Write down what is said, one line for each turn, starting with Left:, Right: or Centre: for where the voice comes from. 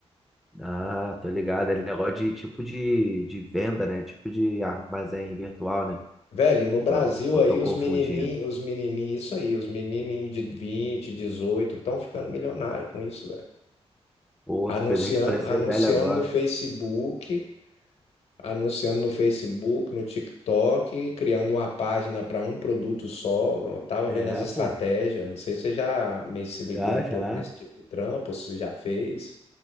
Centre: ah, tô ligado. É negócio de tipo de, de venda, né? Tipo de armazém virtual, né?
Left: Velho, no Brasil
Centre: Ou eu
Left: aí
Centre: tô confundindo?
Left: os menininhos, os menininhos, isso aí, os menininhos de vinte dezoito estão ficando milionário com isso, velho.
Centre: Pô,
Left: Anunciando,
Centre: tu fez a gente parecer
Left: anunciando
Centre: velho agora.
Left: no Facebook, anunciando no Facebook, no TikTok, criando uma página para um produto só. Eu tava
Centre: É,
Left: vendo as estratégias.
Centre: pô.
Left: Não sei se você já meio se ligou
Centre: Já,
Left: um pouco
Centre: já.
Left: nesse tipo de trampo, ou se já fez.